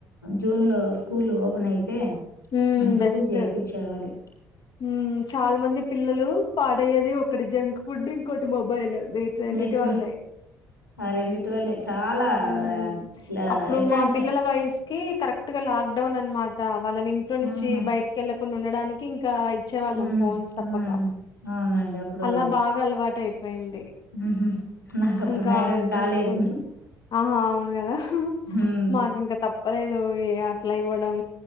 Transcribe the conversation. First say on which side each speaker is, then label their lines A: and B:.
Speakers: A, on the left; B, on the left.
A: జూన్ లో స్కూల్ ఓపెన్ అయితే
B: హ్మ్
A: స్కూల్
B: బెస్ట్
A: చేర్పించేవాళ్ళు.
B: మ్మ్ చాల మంది పిల్లలు పాడయ్యేది ఒకటి జంక్ ఫుడ్ ఇంకోటి మొబైల్ వీటన్నిటి
A: నిజమే.
B: వల్లే
A: ఆ రెండిట్ వల్లే చాలా
B: ఉమ్
A: ఇలా
B: అప్పుడు
A: ఎట్లా
B: మా
A: అంటే
B: పిల్లల వయస్సుకిి కరెక్ట్ గా లాగ్ డౌన్ అన్మాట వాళ్ళని ఇంట్లో నుంచి
A: ఆహా!
B: బయటికెళ్ళక్ కున్న ఉండడానికి ఇం కా ఇచ్చేవాళ్ళం
A: హ్మ్.
B: ఫోన్స్ తప్పక
A: హ్మ్. అవునండి. అప్పుడు
B: అలా బాగా అలవాటు అయిపోయింది
A: హుహు. నాకప్పుడు
B: ఇంకా
A: మ్యారేజ్
B: జంక్
A: కాలేదు.
B: ఫుడ్. ఆహా అవును కదా
A: హ్మ్.
B: మాకు ఇంకా తప్పలే నువ్వే అట్లా ఇవ్వడం